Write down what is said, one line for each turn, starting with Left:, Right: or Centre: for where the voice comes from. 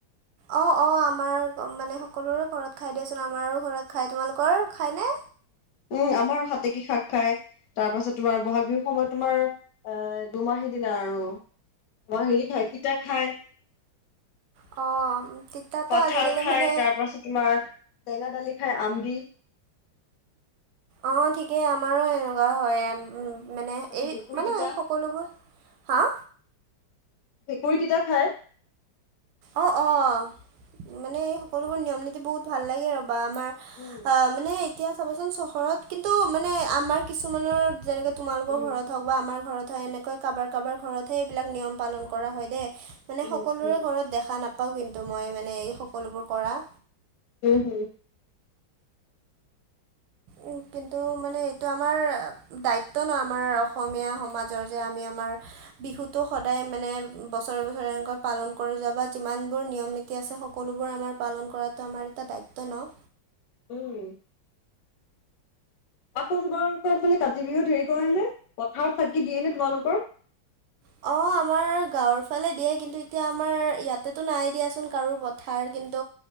Right: অ' অ' আমাৰ মানে সকলোৰে ঘৰত খাই দিয়াচোন। আমাৰো ঘৰত খায় তোমালোকৰ খায়নে?
Left: উম আমাৰো হাতেকী শাক খাই তাৰ পাছত তোমাৰ বহাগ বিহুৰ সময়ত তোমাৰ এ দুমাহী- সিদিনা আৰু মই হেৰি খাই তিতা খায়
Right: অঁ তিতাতো
Left: কঠাল
Right: আজিকালি
Left: খাই
Right: মানে
Left: তাৰ পাছত তোমাৰ টেঙা দালি খাই আমদি
Right: অ, ঠিকেই আমাৰো এনেকুৱা হয় এম উম। মানে
Left: তাৰপিছত
Right: এই
Left: ভেকুৰী
Right: মানে
Left: তিতা
Right: সকলোবোৰ হাঁ
Left: ভেকুৰী তিতা খায়?
Right: অ', অ', মানে এই সকলোবোৰ নিয়ম- নীতি বহুত ভাল লাগে ৰ'বা আমাৰ
Left: উম
Right: অ, মানে এতিয়া চাবাচোন চহৰত কিন্তু মানে আমাৰ কিছুমানৰ যেনেকে তোমালোকৰ
Left: উম
Right: ঘৰত হওক বা আমাৰ ঘৰত হয় এনেকৈ কাবাৰ -কাবাৰ ঘৰতহে এইবিলাক নিয়ম পালন কৰা হয় দে। মানে
Left: উম
Right: সকলোৰে
Left: উম
Right: ঘৰত দেখা নাপাওঁ কিন্তু মই মানে এই সকলোবোৰ কৰা।
Left: উম, হম।
Right: উম, কিন্তু মানে এইটো আমাৰ দায়িত্ব ন' আমাৰ অসমীয়া সমা জৰ যে আমি আমাৰ বিহুটো সদায় মানে বছৰে বছৰৰে এনেকৈ পালন কৰি যাবা যিমান বোৰ নিয়ম -নীতি আছে সক সকলোবোৰ আমাৰ পালন কৰাটো আমাৰ এটা দায়িত্ব ন?
Left: উম। আকৌ তোমালোকৰ ফালে কাতি বিহুত হেৰি কৰে নে পথাৰত চাকি দিয়ে নে তোমালোকৰ?
Right: অ, আমাৰ গাঁৱৰ ফালে দিয়ে কিন্তু এতিয়া আমাৰ ইয়াতেটো নাই দিয়াচোন কাৰো পথাৰ কিন্তু